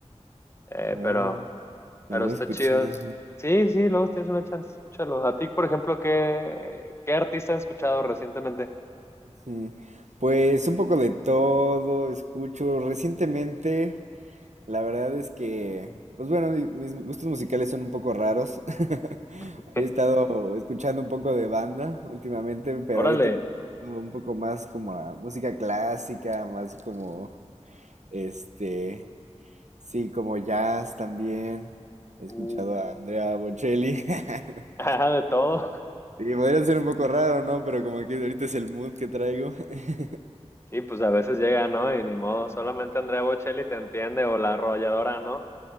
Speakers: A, on the left; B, on the right.
A: Eh,
B: Oh,
A: pero, pero
B: lo voy
A: está
B: a escuchar.
A: chido. Sí, sí, luego tienes una chance, escúchalo. A ti, por ejemplo, ¿qué, qué artista has escuchado recientemente?
B: Ujú. Pues un poco de todo, escucho recientemente... La verdad es que, pues bueno, mi- mis gustos musicales son un poco raros. <laughs>
A: <laughs>
B: Había estado escuchando un poco de banda últimamente, pero
A: Órale,
B: ahorita un poco más como a música clásica, más como, este, sí, como jazz también. He
A: uff,
B: escuchado a Andrea Bocelli. <laughs>
A: <laughs> ah, de todo.
B: Sí, podría ser un poco raro, ¿no? Pero como que ahorita es el mood que traigo. <laughs>
A: Sí, pues a veces llega, ¿no? Y ni modo, solamente Andrea Bocelli te entiende o la arrolladora, ¿no?